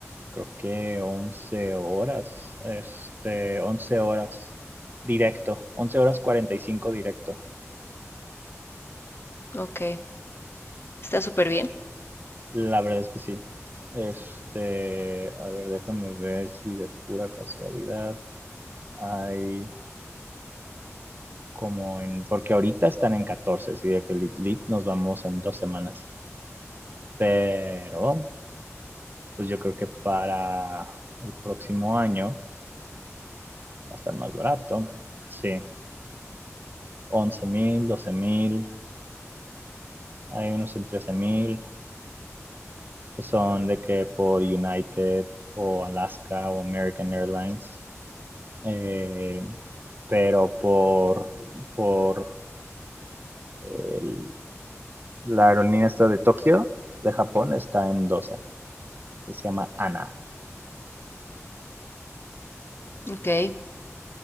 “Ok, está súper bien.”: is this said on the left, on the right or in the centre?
Left